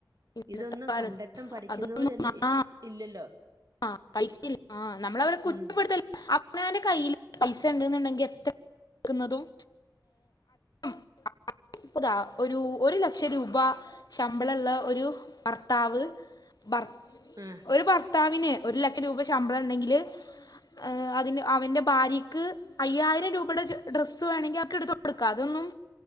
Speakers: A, on the right; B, on the left.
A: ഇതൊന്നും
B: ഇന്നത്തെ കാലത്ത്
A: കണ്ടട്ടും പഠിക്കുന്നോര്
B: അതൊന്നും
A: ൽ
B: ആ
A: ഇല്ലല്ലോ
B: ആ പഠിക്കില്ല ആ നമ്മളവരെ കുറ്റപ്പെടുത്തല്ല
A: ഉം
B: അവനാന്റെ കയ്യില് പൈസണ്ട്ന്നുണ്ടെങ്കിൽ എത്ര ചിലവാക്കുന്നതും <unintelligible> പ്പതാ ഒരു ഒരു ലക്ഷം രൂപ ശമ്പളള്ള ഒരു ഭർത്താവ് ഭർ
A: ഉം
B: ഒരു ഭർത്താവിന് ഒരു ലക്ഷം രൂപ ശമ്പളണ്ടെങ്കില് ഏഹ് അതി അവന്റെ ഭാര്യയ്ക്ക് അയ്യായിരം രൂപേടെ ജെ ഡ്രസ്സ് വേണങ്കി അവക്ക്‌ എടുത്തൊ ട്ക്ക അതൊന്നും